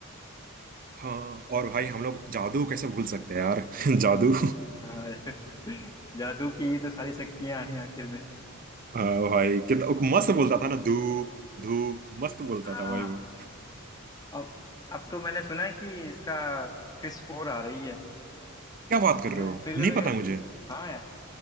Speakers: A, on the right; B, on the left.
A: हाँ और भाई हम लोग जादू कैसे भूल सकते हैं यार <laughs> जादू
B: हाँ। <laughs> जादू की ये तो सारी शक्तियां हैं आखिर में
A: हाँ भाई कितना वो मस्त बोलता था ना धूप धूप मस्त बोलता
B: हाँ
A: था भाई वो
B: अब अब तो मैंने सुना है कि इसका क्रिस फोर आ रही है
A: क्या बात कर
B: मैंने
A: रहे हो
B: ट्रेलर
A: नहीं
B: वगैरह
A: पता मुझे
B: हाँ यार